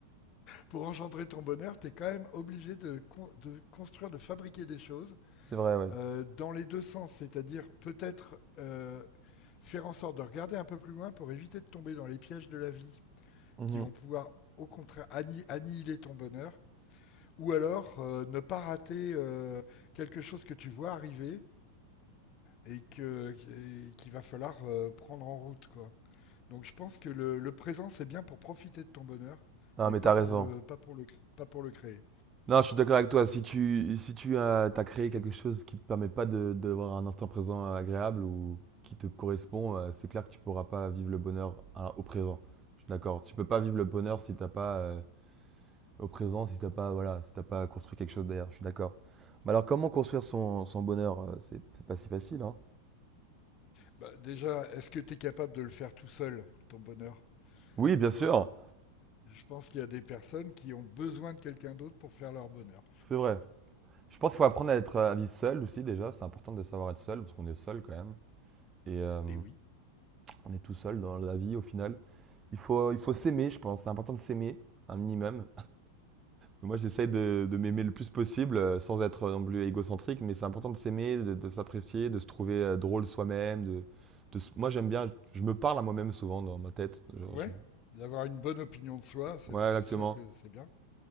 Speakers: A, on the left; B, on the right.
A: pour engendrer ton bonheur, t'es quand même obligé de con- de construire, de fabriquer des choses
B: c'est vrai, oui.
A: euh, dans les deux sens, c'est-à-dire peut-être euh, faire en sorte de regarder un peu plus loin pour éviter de tomber dans les pièges de la vie
B: Mhm.
A: qui vont pouvoir au contraire anni- annihiler ton bonheur Ou alors euh, ne pas rater euh, quelque chose que tu vois arriver et que et qu'il va falloir euh, prendre en route quoi. Donc je pense que le, le présent c'est bien pour profiter de ton bonheur,
B: Ah,
A: mais
B: mais
A: pas
B: t'as raison.
A: pour le pas pour le cr- pas pour le créer.
B: Non, je suis d'accord avec toi. Si tu, si tu as, t'as créé quelque chose qui ne te permet pas de, d'avoir un instant présent euh, agréable ou qui te correspond, euh, c'est clair que tu ne pourras pas vivre le bonheur à- au présent. Je suis d'accord. Tu peux pas vivre le bonheur si t'as pas euh, au présent, si t'as pas voilà, si t'as pas construit quelque chose derrière. Je suis d'accord. Mais alors, comment construire son, son bonheur? euh, C'est c'est pas si facile, hein.
A: Bah, déjà, est-ce que tu es capable de le faire tout seul ton bonheur,
B: Oui, bien
A: tu
B: sûr,
A: vois Je pense qu'il y a des personnes qui ont besoin de quelqu'un d'autre pour faire leur bonheur.
B: c'est vrai. Je pense qu'il faut apprendre à être à vivre seul aussi déjà. C'est important de savoir être seul parce qu'on est seul quand même et euh,
A: Et oui.
B: on est tout seul dans la vie au final. Il faut, il faut s'aimer, je pense. C'est important de s'aimer, un minimum. Moi, j'essaie de, de m'aimer le plus possible, euh, sans être non plus égocentrique, mais c'est important de s'aimer, de, de s'apprécier, de se trouver euh, drôle soi-même. De, de s- Moi, j'aime bien, je me parle à moi-même souvent dans ma tête. Genre,
A: Ouais,
B: je-
A: d'avoir une bonne opinion de soi, c'est
B: Ouais,
A: c'est
B: exactement.
A: sûr que c'est bien.